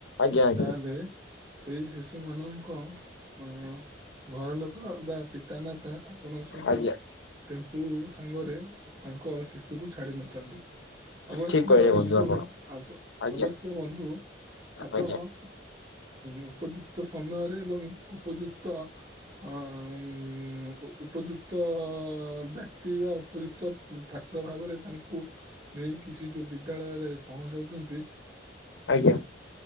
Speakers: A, on the left; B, on the right.
A: ଅଜ୍ଞା ଆ
B: ତାହେଲେ ସେଇ ଶିଶୁ ମାନଙ୍କ ଅ ଘର ଲୋକ ବା ପିତାମାତା ଆପଣଙ୍କ ସହିତ
A: ଆଜ୍ଞା
B: ଟେମ୍ପୁ ସାଙ୍ଗରେ ତାଙ୍କ ଶିଶୁକୁ ଛାଡି ନଥାନ୍ତି। ଅବଶ୍ୟ
A: ଠିକ କହିଲେ
B: ବନ୍ଧୁଆବ
A: ବନ୍ଧୁ ଆପଣ ଆଜ୍ଞା
B: ଅବଶ୍ୟ ବନ୍ଧୁ ଆପଣ
A: ଆଜ୍ଞା
B: ଉ ଉପଯୁକ୍ତ ସମୟରେ ଏବଂ ଉପଯୁକ୍ତ ଅ ଉ ଉ ଉପଯୁକ୍ତ ବ୍ୟକ୍ତି ବା ଉପଯୁକ୍ତ ତା ଭାବରେ ତାଙ୍କୁ ନେଇକି ସେ ଯୋଉ ବିଦ୍ୟାଳୟରେ ପହଞ୍ଚାଉଛନ୍ତି।
A: ଆଜ୍ଞା।